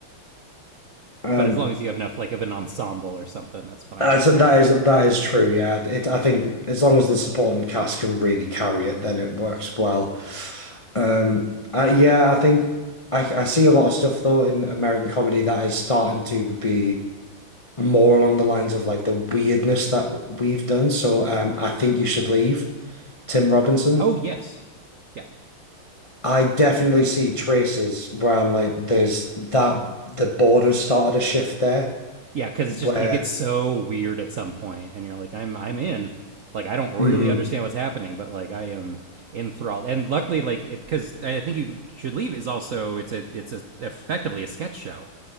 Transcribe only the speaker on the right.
but as long as you have enough like of an ensemble or something, that's fine.
But
yeah,
oh yes, yeah,
Yeah, because it's
just it gets so weird at some point, and you're like, I'm I'm in. Like I don't really
understand what's happening, but like I am enthralled. And luckily, like it because I think you should leave is also it's a it's a, effectively a sketch show,